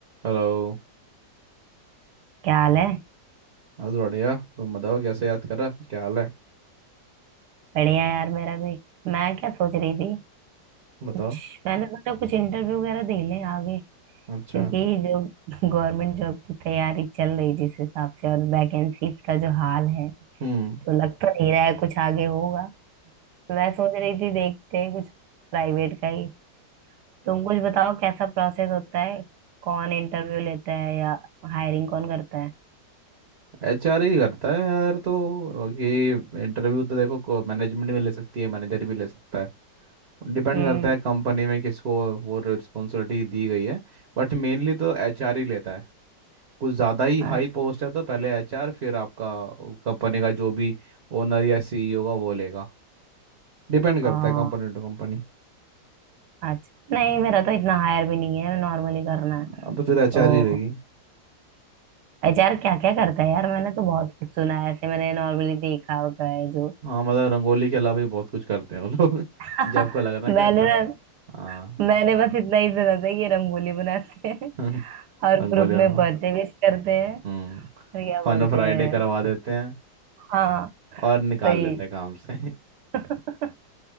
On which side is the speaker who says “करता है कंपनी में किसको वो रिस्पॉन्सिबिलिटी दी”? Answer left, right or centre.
Right